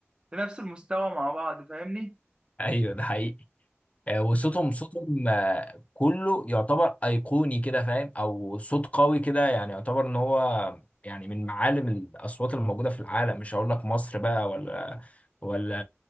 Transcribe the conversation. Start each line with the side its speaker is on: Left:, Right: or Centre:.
Right: في نفس المستوى مع بعض فاهمني
Left: ايوه ده حقيقي آه، وصوتهم صوتهم آه، كله يعتبر ايقوني كده فاهم او صوت قوي كده يعني يعتبر ان هو يعني من معالم الاصوات الموجوده في العالم مش هقول لك مصر بقى ولا ولا